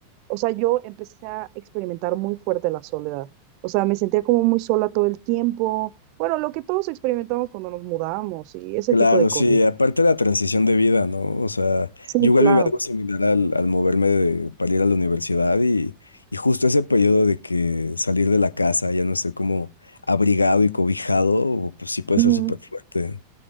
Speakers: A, on the right; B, on the left.
A: o sea, yo empecé a experimentar muy fuerte la soledad. O sea, me sentía como muy sola todo el tiempo. Bueno, lo que todos experimentamos cuando nos mudamos y ese
B: claro,
A: tipo de cosas.
B: sí, aparte la transición de vida, ¿no? O sea,
A: Sí,
B: yo igual
A: claro.
B: viví algo similar al, al moverme de- para ir a la universidad y, y justo ese periodo de que salir de la casa ya no estoy como abrigado y cobijado, pues sí puede
A: Ujú.
B: ser súper fuerte.